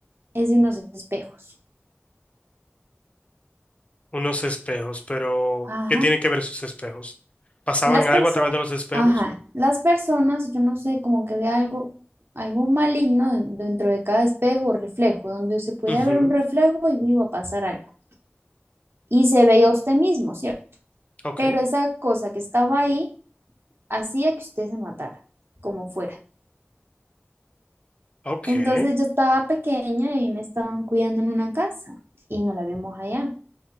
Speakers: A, on the right; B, on the left.
A: es de unos espejos.
B: unos espejos, pero
A: Ajá.
B: ¿qué tiene que ver esos espejos? ¿Pasaban
A: Las
B: algo
A: personas,
B: a través de los espejos?
A: ajá, las personas, yo no sé, como que ve algo, algo maligno den- dentro de cada espejo o reflejo, donde se podía
B: Ujú,
A: ver un reflejo y iba a pasar algo. Y se veía usted mismo, ¿cierto?
B: Ok,
A: Pero esa cosa que estaba ahí hacía que usted se matara, como fuera.
B: ok,
A: Entonces yo estaba pequeña y me estaban cuidando en una casa y no la vimos allá.